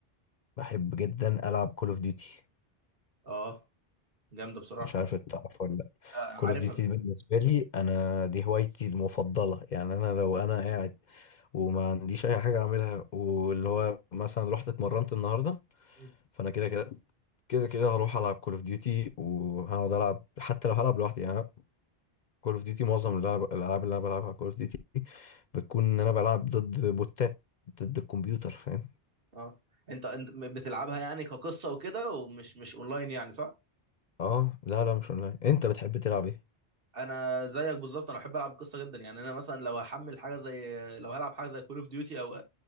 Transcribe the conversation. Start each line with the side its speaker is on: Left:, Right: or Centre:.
Left: بحب جدا العب كول اوف ديوتي
Right: اه جامده بصراحه
Left: مش عارف انت تعرف ولا لا
Right: آه عارفها
Left: كول اوف ديوتي
Right: بت...
Left: بالنسبه لي انا دي هوايتي المفضله يعني انا لو انا قاعد وما عنديش اي حاجه اعملها واللي هو مثلا رحت اتمرنت النهارده
Right: مم.
Left: فانا كده كده كده كده هروح العب كول اوف ديوتي وهقعد العب حتى لو هلعب لوحدي يعني كول اوف ديوتي معظم الألعاب الألعاب اللي انا بلعبها كول اوف ديوتي بتكون ان انا بلعب ضد بوتات ضد الكمبيوتر فاهم
Right: اه انت انت بتلعبها يعني كقصه وكده ومش مش اونلاين يعني صح
Left: اه لا لا مش اونلاين انت بتحب تلعب ايه؟
Right: انا زيك بالظبط انا بحب العب القصه جدا يعني انا مثلا لو هحمل حاجه زي لو هلعب حاجه زي كول اوف ديوتي او